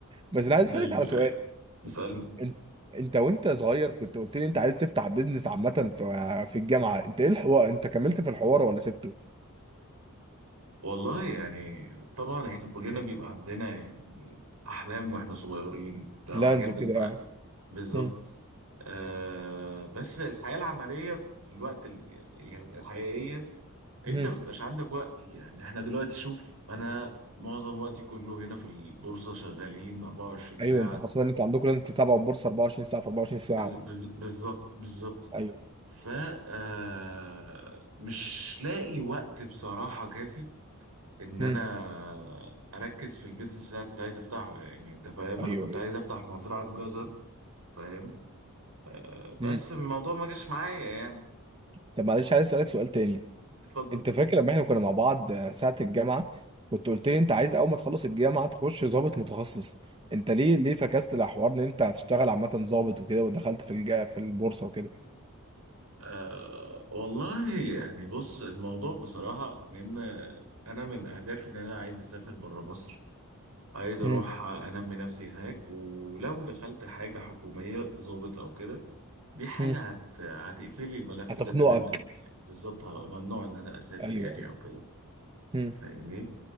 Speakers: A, on the right; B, on the right.
A: بس انا عايز اسالك
B: ايوه
A: على سؤال
B: ايوه اسألني
A: إن- انت وانت صغير كنت قلت لي انت عايز تفتح بيزنس عامة في في الجامعة انت ايه الحوار انت كملت في الحوار ولا سبته
B: والله يعني طبعا احنا كلنا بيبقى عندنا يعني احلام واحنا صغيرين بتاع
A: لانز
B: حاجات بنبقى-
A: وكده يعني
B: بالظبط
A: مم.
B: آه بس الحياة العملية في الوقت ال- يعني الحقيقية انت
A: مم.
B: ما بيبقاش عندك وقت يعني احنا دلوقتي شوف انا معظم وقتي كله هنا في البورصة شغالين 24 ساعة
A: ايوه انت خاصة ان انتوا عندكم لازم تتابعوا البورصة 24 ساعة في 24 ساعة
B: بز- بز- بالظبط بالظبط
A: ايوه
B: ف آه، مش لاقي وقت بصراحة كافي ان
A: مم.
B: انا اركز في البيزنس اللي انا كنت عايز افتحه يعني انت فاهم
A: ايوه
B: انا كنت
A: ايوه
B: عايز افتح مزرعة جزر فاهم آه
A: مم.
B: بس الموضوع ما جاش معايا يعني
A: طب معلش عايز اسألك سؤال تاني
B: اتفضل
A: انت فاكر لما احنا كنا مع بعض آه، ساعة الجامعة كنت قلت لي انت عايز اول ما تخلص الجامعة تخش ضابط متخصص انت ليه ليه فكست الحوار ان انت هتشتغل عامة ضابط وكده ودخلت في الج... في البورصة وكده
B: آه والله يعني بص الموضوع بصراحة من انا من اهدافي ان انا عايز اسافر بره مصر عايز اروح
A: مم.
B: انمي نفسي هناك ولو دخلت حاجة حكومية ضابط او كده دي حاجة
A: مم.
B: هت... هتقفلي الملف
A: هتخنقك
B: ده تماما يعني بالظبط هبقى ممنوع ان انا اسافر
A: ايوه
B: يعني
A: ايوه
B: او كده
A: مم.
B: فاهمني